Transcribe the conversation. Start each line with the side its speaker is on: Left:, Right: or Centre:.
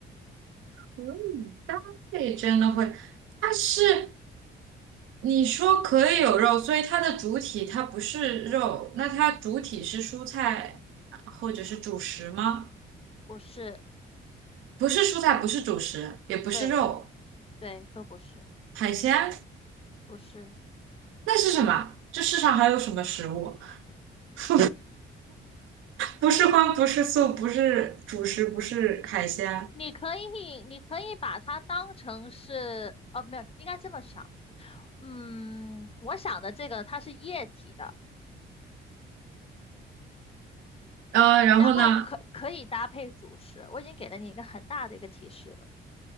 Right: 可以。这里真的会，它是你说可以有肉，所以它的主体它不是肉，那它主体是蔬菜啊或者是主食吗？
Left: 不是，
Right: 不是蔬菜，不是主食，也不是肉，
Left: 对对，都不是，
Right: 海鲜，
Left: 不是。
Right: 那是什么？这世上还有什么食物？<laughs> 不是荤，不是素，不是主食，不是海鲜。
Left: 你可以，你可以把它当成是，呃，没有，应该这么想。嗯，我想的这个它是液体的，
Right: 呃，然后呢，
Left: 然后可可以搭配主食。我已经给了你一个很大的一个提示了。